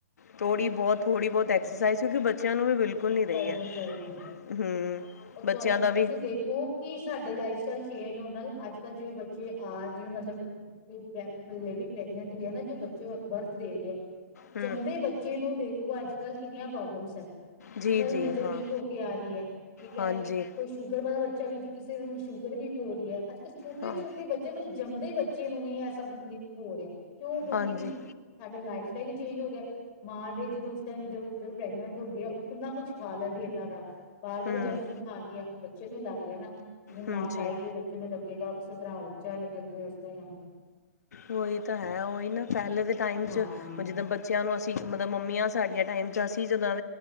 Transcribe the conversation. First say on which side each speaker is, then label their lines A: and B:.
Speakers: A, on the left; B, on the left.
A: ਥੋੜੀ ਬਹੁਤ, ਥੋੜੀ
B: ਹਾਂਜੀ
A: ਬਹੁਤ ਐਕਸਰਸਾਈਜ਼
B: ਹਾਂਜੀ
A: ਕਿਉਂਕਿ ਬੱਚਿਆਂ ਨੂੰ ਵੀ ਬਿਲਕੁਲ ਨੀ ਰਹੀ
B: ਕਰਨੀ
A: ਐ।
B: ਚਾਹੀਦੀ ਹੈ
A: ਹੂੰ
B: ਉਹ
A: ਬੱਚਿਆਂ
B: ਤੁਹਾਂਨੂੰ,
A: ਦਾ ਵੀ
B: ਤੁਸੀਂ ਦੇਖ ਹੋ ਕੀ ਸਾਡੇ ਲਾਈਫ ਸਟਾਈਲ ਚੇਂਜ ਹੋਣ ਨਾਲ, ਅੱਜ-ਕੱਲ ਜਿਵੇਂ ਬੱਚੇ ਆ, ਜਿਵੇਂ ਮਤਲਬ ਕੋਈ ਲੇਡੀ ਪ੍ਰੈਗਨੈਂਟ ਵੀ ਐਨਾ, ਜੋ ਬੱਚੇ ਬਰਥ ਦੇ ਰਹੀ ਹੈ
A: ਹੂੰ
B: ਜੰਮਦੇ ਬੱਚੇ ਨੂੰ ਦੇਖੋ, ਅੱਜ-ਕੱਲ ਕਿੰਨੀਆਂ ਪ੍ਰੋਬਲਮਸ ਹੈ।
A: ਜੀ
B: ਉਹਦਾ
A: ਜੀ
B: ਨਹੀਂ ਹੁੰਦਾ, ਜਿਹੜੀ
A: ਹਾਂ
B: ਵੀਕ ਹੋਕੇ ਆ ਰਹੀ ਹੈ, ਠੀਕ ਹੈ।
A: ਹਾਂਜੀ
B: ਕੋਈ ਸ਼ੂਗਰ ਵਾਲਾ ਬੱਚਾ ਵੀ, ਜੇ ਕਿਸੇ ਨੂੰ ਸ਼ੂਗਰ ਵੀ ਹੋ ਰਹੀ ਏ ਅੱਜ-ਕਲ ਛੋਟੇ-ਛੋਟੇ
A: ਹਾਂ
B: ਬੱਚੇ ਮਤਲਬ, ਜੰਮਦੇ ਬੱ ਬੱਚੇ ਨੂੰ ਵੀ ਐ ਸਭ ਹੋ ਰਿਹਾ। ਕਿਉਂ, ਕਿਉਂਕਿ
A: ਹਾਂਜੀ
B: ਸਾਡਾ ਲਾਈਫ ਸਟਾਈਲ ਹੀ ਚੇਂਜ ਹੋਗਿਆ। ਮਾਂ ਦੇ ਜਦੋਂ ਉਸ ਟਾਈਮ ਜਦ ਜਦੋਂ ਪ੍ਰੈਗਨੈਂਟ ਹੁੰਦੀ ਆ, ਉਹ ਕਿੰਨਾ ਕੁਛ ਖਾ ਲੈਂਦੀ ਏ, ਏਦਾਂ ਦਾ ਬਾਹਰ
A: ਹੂੰ
B: ਜੰਕ-ਫੂਡ ਖਾਂਦੀ ਹੈ, ਉਹ ਬੱਚੇ ਨੂੰ ਹੀ ਲੱਗ ਰਿਹਾ ਨਾ, ਜਿਵੇਂ ਮਾਂ
A: ਹੂੰ ਜੀ
B: ਖਾਏਗੀ ਬੱਚੇ ਨੂੰ ਲੱਗੇਗਾ, ਉਸੀ ਤਰ੍ਹਾਂ ਉਚਾ ਨਿਕਲਕੇ, ਉਸੀ ਤਰ੍ਹਾਂ
A: ਉਹੀ ਤਾ ਹੈ, ਉਹੀ ਨਾ। ਪਹਿਲੇ ਦੇ ਟਾਈਮ'ਚ
B: ਹਾਂ
A: ਹੁਨ ਜਿੱਦਾਂ ਬੱਚਿਆਂ ਨੂੰ ਅਸੀਂ, ਮਤਲਬ ਮੰਮੀਆਂ ਸਾਡੀਆਂ ਟਾਈਮ 'ਚ ਅਸੀਂ ਜਦੋਂ